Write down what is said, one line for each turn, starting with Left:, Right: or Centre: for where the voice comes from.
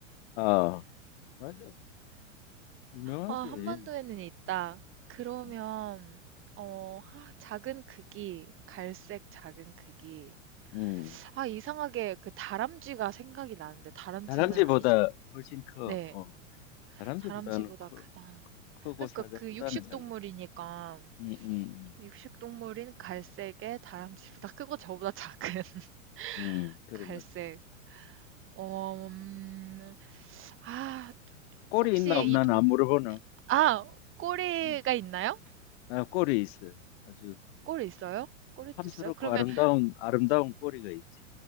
Left: 아, 맞아. 유명하지.
Right: 아, 한반도에는 있다. 그러면,
Left: 음.
Right: 어, 하- 작은 크기, 갈색 작은 크기.
Left: 음.
Right: 아, 이상하게 그 다람쥐가 생각이 나는데 다람쥐는
Left: 다람쥐보다
Right: 아니죠.
Left: 훨씬 커.
Right: 네,
Left: 어. 다람쥐보다는
Right: 다람쥐보다
Left: 커,
Right: 크다.
Left: 크고
Right: 그러니까
Left: 사자보다는
Right: 그 육식동물이니까
Left: 작지. 음, 음,
Right: 육식동물인 갈색에 다람쥐보다 크고 저보다 작은 <laughs>
Left: 음. 음, 그래
Right: 갈색.
Left: 뭐
Right: 어, 음, 아,
Left: 꼬리
Right: 혹시
Left: 있나 없나는
Right: 이 동,
Left: 안 물어보나.
Right: 아, 꼬리가
Left: 음.
Right: 있나요?
Left: 아, 꼬리 있어요. 아주
Right: 꼬리 있어요? 꼬리도
Left: 탐스럽고
Right: 있어요? 그러면,
Left: 아름다운 아름다운 꼬리가 있지.